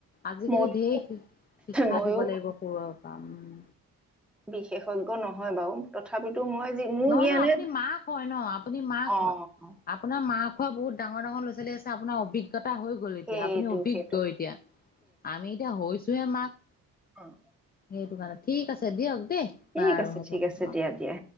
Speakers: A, on the left; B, in the centre.
A: আজিকালি
B: মই
A: ঢেৰ শিক্ষা
B: ময়ো
A: দিব লাগিব সৰু পাম উম,।
B: বিশেষজ্ঞ নহয় বাৰু। তথাপিতো মই যি মোৰ
A: নহয়
B: জ্ঞানে
A: নহয় আপুনি মাক হয় ন আপুনি মাক
B: অ'
A: হয়। আপোনাৰ মা খোৱা বহুত ডাঙৰাৰ লৰা ছোৱালী আনাৰ অভি্ঞ আভিগটা হৈ গ'ল এতিয়া
B: সেইটো
A: আপুনি অভিজ্ঞ
B: সেইটো
A: এতিয়া আমি এতিয়া হৈছোহে মাক।
B: অ'
A: সেইটো কাৰণে ঠিক আছে দিয়ক দেই।
B: ঠিক
A: বাৰু
B: আছে
A: হ'ব
B: ঠিক আছে
A: অ
B: দিয়া দিয়া।